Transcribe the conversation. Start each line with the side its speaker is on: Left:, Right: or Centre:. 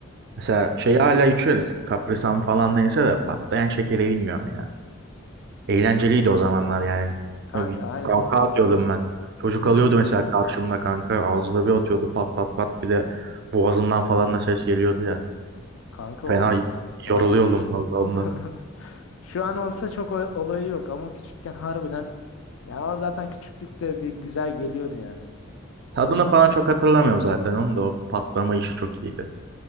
Right: Mesela şeyi hala içeriz. Kaprisan falan neyse de patlayan şekeri bilmiyorum ya. Eğlenceliydi o zamanlar yani.
Left: Kanka aynen.
Right: Kalka atıyordum ben. Çocuk
Left: <laughs>
Right: alıyordu mesela karşımda kanka. Ağzına bir atıyordu pat pat pat. Bir de boğazından falan da ses geliyordu ya.
Left: Kanka o
Right: Fena
Left: aynen.
Right: yoruluyordum vallahi
Left: <laughs>
Right: onunla.
Left: Şu an olsa çok o- olayı yok ama küçükken harbiden ya o zaten küçüklükte bir güzel geliyordu yani.
Right: Tadını falan çok hatırlamıyorum zaten. Onun da o patlama işi çok iyiydi.